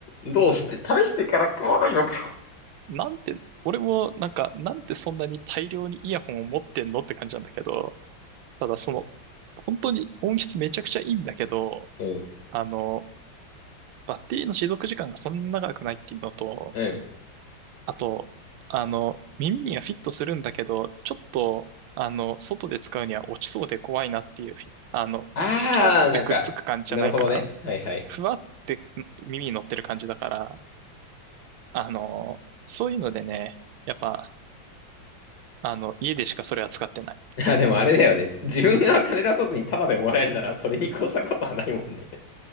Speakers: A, on the left; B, on the right.
A: ん。どうして、試してから買わないのか。
B: なんて、俺もなんか、なんてそんなに大量にイヤホンを持ってんのって感じなんだけど、ただその、本当に音質めちゃくちゃいいんだけど、
A: うん、
B: あの、バッテリーの持続時間がそんな長くないっていうのと、
A: うん。
B: あと、あの、耳にはフィットするんだけど、ちょっと、あの、外で使うには落ちそうで怖いなっていうフィ、あの、
A: ああ、
B: ピタってくっつく感じじゃないから、
A: なんか、なるほどね。はいはい。
B: ふわって耳に乗ってる感じだから、あの、そういうのでね、やっぱ、あの、家でしかそれは使ってない。
A: <laughs> あ、でもあれだよね。自分が金出さずにタダでもらえるなら、それに越したことはないもんね。